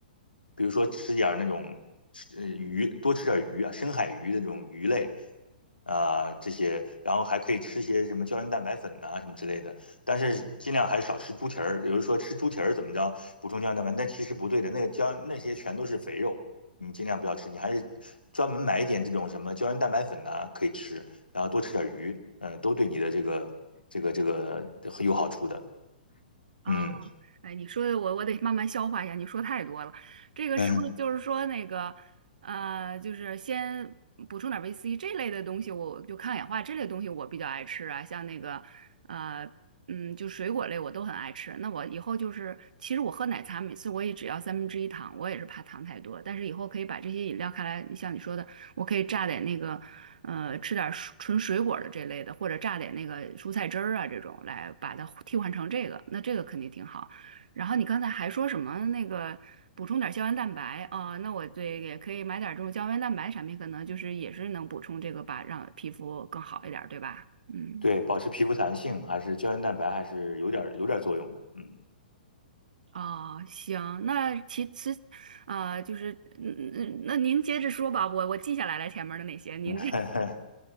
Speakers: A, on the left (about 85°); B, on the right (about 60°).
A: 比如说吃点儿那种呃鱼，多吃点儿鱼啊，深海鱼的这种鱼类啊，这些，然后还可以吃些什么胶原蛋白粉呐、什么之类的。但是尽量还是少吃猪蹄儿。有人说吃猪蹄儿怎么着补充胶原蛋白，但其实不对的，那个胶那些全都是肥肉，你尽量不要吃。你还是专门买一点这种什么胶原蛋白粉呐、可以吃。然后多吃点鱼，嗯，都对你的这个这个这个很有好处的。
B: 哦，
A: 嗯
B: 哎，你说的我我得慢慢消化一下，你说太多了。这个是不是就是说那个呃，
A: 嗯，
B: 就是先补充点维 C 这类的东西，我就抗氧化这类东西我比较爱吃啊，像那个呃嗯，就水果类我都很爱吃。那我以后就是，其实我喝奶茶每次我也只要三分之一糖，我也是怕糖太多。但是以后可以把这些饮料看来，像你说的，我可以榨点那个，呃，吃点水纯水果的这类的，或者榨点那个蔬菜汁儿啊这种，来把它替换成这个，那这个肯定挺好。然后你刚才还说什么那个补充点胶原蛋白哦，那我对也可以买点这种胶原蛋白产品，可能就是也是能补充这个吧，让皮肤更好一点儿对吧？嗯。
A: 对，保持皮肤弹性还是胶原蛋白还是有点有点作用的。嗯。
B: 哦，行，那其其啊、就是嗯嗯，嗯那您接着说吧，我我记下来了前面的那些，您
A: <laughs>
B: <laughs> 这